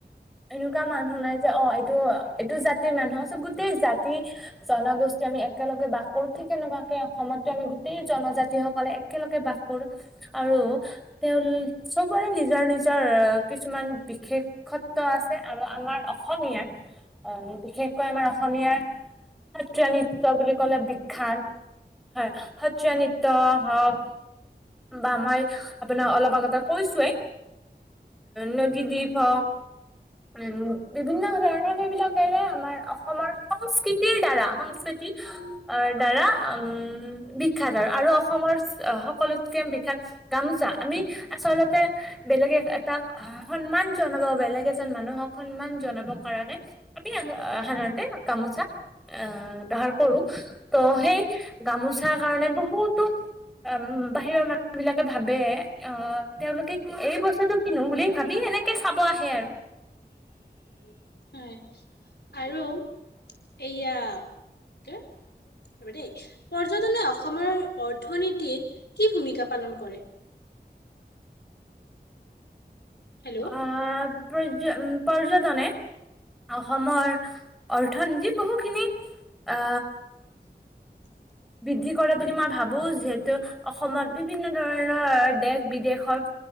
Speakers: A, in the centre; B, on the left (about 75°).
A: এনেকুৱা মানুহ নাই যে অ', এইটো-এইটো জাতিৰ মানুহ আছে গোটেই জাতি জনগোষ্ঠী আমি একেলগে বাস কৰো ঠিক তেনেকুৱাকে অসমতো আমি গোটেই জনজাতি সকলে একেলগে বাস কৰো আৰু <unintelligible> চবৰে নিজৰ নিজৰ কিছুমান বিশেষত <unintelligible> আছে আৰু আমাৰ অসমীয়াৰ বিশেষকৈ আমাৰ অসমীয়াৰ সত্ৰীয়া নৃত্য বুলি ক'লে বিখ্যাত, হয় সত্ৰীয়া নৃত্য হওক বা মই আপোনাক অলপ আগতে কৈছোৱে, নদীদ্বীপ হওক, উম বিভিন্ন ধৰণৰ সেইবিলাকেৰে আমাৰ অসমৰ সংস্কৃতিৰ দ্বাৰা সংস্কৃতি অ দ্বাৰা উম বিখ্যাত আৰু, আৰু অসমৰ সকলোতকে বিখ্যাত গামোচা, আমি আচলতে বেলেগে এটাক সন্মান জনাব বেলেগ এজন মানুহক, সন্মান জনাব কাৰণে আমি সাধাৰণতে গামোচা আহ ব্যৱহাৰ কৰো। ত সেই গামোচাৰ কাৰণে বহুতো অম বাহিৰৰ মানুহ বিলাকে ভাবে অ তেওঁলোকে এই বস্তটো কিনোং বুলি ভাবি এনেকে চাব আহে আৰু।
B: <unintelligible> হয়, আৰু এইয়া তে ক'ব দেই, পৰ্যটনে অসমৰ অৰ্থনীতিত কি ভূমিকা পালন কৰে? হেল্ল'
A: অ পৰ্য পৰ্যটনে, অসমৰ অৰ্থনীতি বহুখিনি অ
B: <unintelligible>
A: বৃদ্ধি কৰে বুলি মই ভাবো, যিহেতু অসমত বিভিন্ন ধৰণৰ দেশ বিদেশৰ